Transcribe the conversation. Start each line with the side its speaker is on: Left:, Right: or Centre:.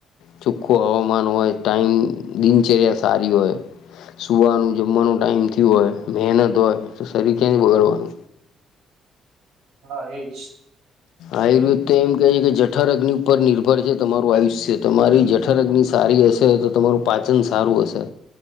Left: ચોખ્ખું હવામાન હોય, ટાઈમ દિનચર્યા સારી હોય સુવાનુ જમવાનું ટાઈઇમ થયું હોય, મહેનત હોય તો શરી ક્યાંથી
Right: હમ.
Left: બગડવાનુ
Right: હા! એજ
Left: આયુર્વેદ તો એમ કહે છે, કે જઠર અગ્નિ પર નિર્ભર છે. તમારુ આયુષ્ય તમારી જઠર અગ્નિ સારી સારી હશે, તો તમારું પાચન સારું હશે